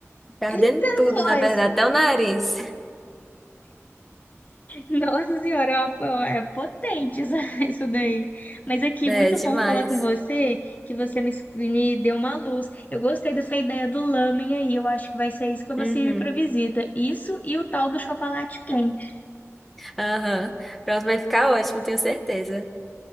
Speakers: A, in the centre; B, on the left.
A: Fica
B: Eita,
A: ardendo tudo,
B: nós!
A: na verdade, até o nariz. <laughs>
B: Nossa senhora, é uma- é potente isso, <laughs> isso daí. Mas aqui,
A: É,
B: muito
A: demais.
B: bom falar com você, que você me, me deu uma luz. Eu gostei dessa ideia do lamen aí, eu acho que vai ser isso que eu vou
A: Uhum.
B: servir para visita. Isso e o tal do chocolate quente.
A: Aham. Pronto, vai ficar ótimo, tenho certeza.